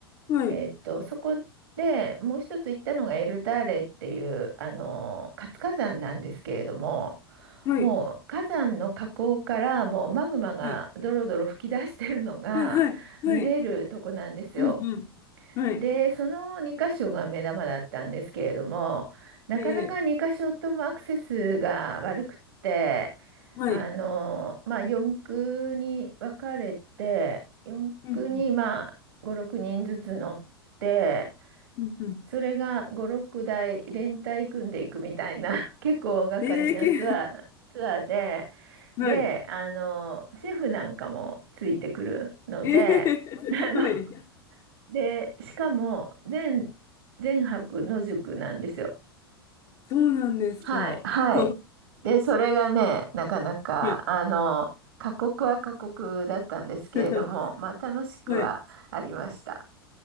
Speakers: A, on the left (about 40°); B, on the right (about 65°).
A: はい。
B: えっと、そこでもう一つ行ったのがエルターレっていう、あの、活火山なんですけれども、
A: はい。
B: もう火山の火口からもうマグマがドロドロ噴き出してるのが見れるとこなんですよ。
A: はい。はい。はい。はい。うんうん。はい。
B: で、その2箇所が目玉だったんですけれども、なかなか2箇所ともアクセスが悪くって、
A: ええはい。
B: あの、まあ、4区に分かれて、4区にまあ5、
A: うん
B: 6人ずつ乗って、
A: うんうん。
B: それが5、6台連帯組んでいくみたいな、<laughs> 結構大掛かりなツアー、
A: うえん。えうけ、
B: ツアーで、
A: <laughs> はい。
B: で、あの、シェフなんかもついてくるので、
A: ええはい。
B: あので、しかも、全、全泊野宿なんですよ。
A: そうなんですか。
B: はい、はい。
A: <laughs>
B: で、それがね、なかなか、
A: はい。
B: あの、過酷は過酷だったんですけれども、
A: <laughs>
B: まあ、楽しくはありました。
A: はい。